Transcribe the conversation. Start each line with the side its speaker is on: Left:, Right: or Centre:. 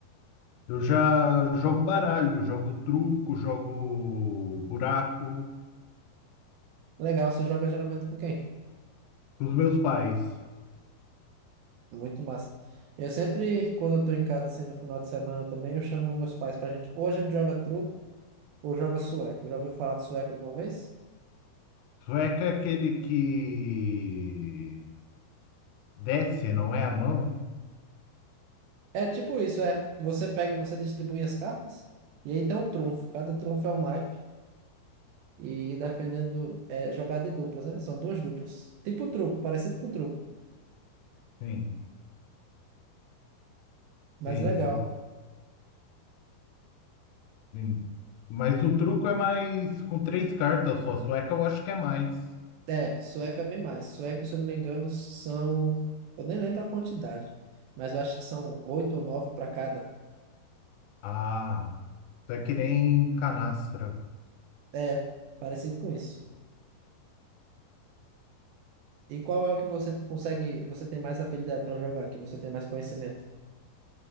Left: Eu já jogo baralho, jogo truco, jogo buraco
Right: Legal, você joga geralmente com quem?
Left: com os meus pais.
Right: Muito massa. Eu sempre, quando eu tô em casa, assim, no final de semana também, eu chamo meus pais pra gente, ou a gente joga truco, ou joga sueco. Já ouviu falar de sueco alguma vez?
Left: Sueca é aquele que desce, não é a mão?
Right: É tipo isso, é. Você pega, e você distribui as cartas, e aí tem um trunfo. Cada trunfo é um naipe. E dependendo, é jogada de duplas, né? São duas duplas. Tipo truco, parecido com truco,
Left: Sim,
Right: mas
Left: sim,
Right: legal.
Left: eu, sim. Mas o truco é mais com três cartas só. Sueca eu acho que é mais.
Right: É, sueco é bem mais. Sueco, se eu não me engano, são. Eu nem lembro a quantidade, mas eu acho que são oito ou nove para cada.
Left: Ah, é que nem canastra.
Right: É, parecido com isso. E qual é o que você consegue, você tem mais habilidade para jogar, que você tem mais conhecimento?